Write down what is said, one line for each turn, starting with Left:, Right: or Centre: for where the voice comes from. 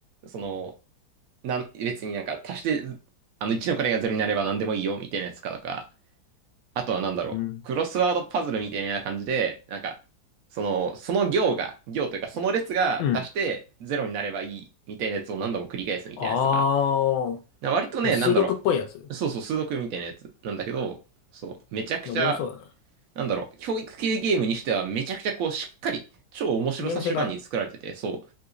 Right: その、なん、別になんか足して、あの、1の位がゼロになれば何でもいいよ、みたいなやつかとか、あとはなんだろう、
Left: うん。
Right: クロスワードパズルみたいな感じで、なんか、その、その行が、行というか、その列が足してゼロになればいい、
Left: うん。
Right: みたいなやつを何度も繰り返すみたいなやつとか、
Left: あ
Right: 割とね、
Left: あ、数独っぽいやつ。
Right: なんだろう、そうそう、数独みたいなやつなんだけど、そう、めちゃくちゃ、
Left: でおもろそうだな。
Right: なんだろう、教育系ゲームにしてはめちゃくちゃこう、しっかり、超面白さ主眼に作られてて、
Left: ゲーム性が。
Right: そう、